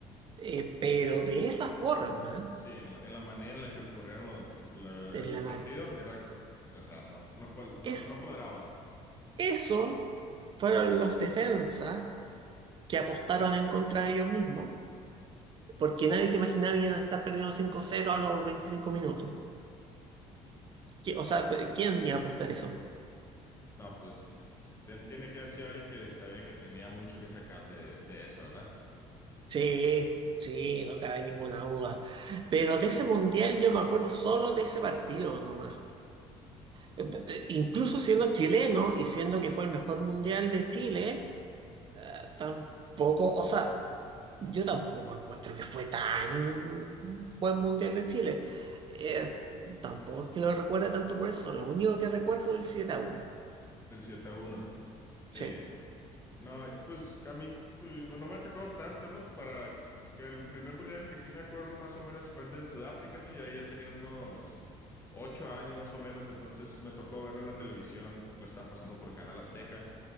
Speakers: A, on the right; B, on the left.
A: Eh, pero de esa forma,
B: Sí, en la, en la manera en la que ocurrieron lo- la-
A: en
B: el
A: la
B: partido,
A: man-
B: era, o sea, no, no, cual-
A: es,
B: no no cuadraba.
A: eso fueron los defensas que apostaron en contra de ellos mismos, porque nadie se imaginaba que iban a estar perdiendo cinco cero a los 25 minutos. Que- O sea, ¿quién iba a apostar eso?
B: No, pues tien- tiene que haber sido alguien que sabía que tenía mucho que sacar de, de eso, ¿verdad?
A: Sí, sí, no cabe ninguna duda. Pero de ese mundial yo me acuerdo solo de ese partido nomás. Eh, eh, Incluso siendo chileno y siendo que fue el mejor mundial de Chile, tampoco, o sea, yo tampoco encuentro que fue tan buen mundial de Chile. Eh, tampoco es que lo recuerde tanto por eso. Lo único que recuerdo es el 7 a uno,
B: El siete a uno, Sí.
A: Sí,
B: No, pues a mí pues, no me ha tocado tanto, ¿no? Para el primer mundial que sí me acuerdo más o menos fue el del Sudáfrica, ¿no? Y ahí ya tenía unos ocho años más o menos, entonces me tocó verlo en la televisión, lo están pasando por Canal Azteca.